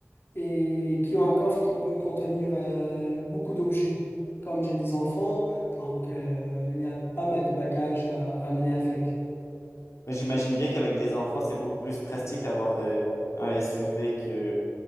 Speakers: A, on the left; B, on the left.
A: et qui ont un coffre qui peut contenir euh, beaucoup d'objets. Comme j'ai des enfants, donc euh, il y a pas mal de bagages à ramener avec.
B: Mais j'imagine bien qu'avec des enfants, c'est beaucoup plus pratique avoir euh, un SUV que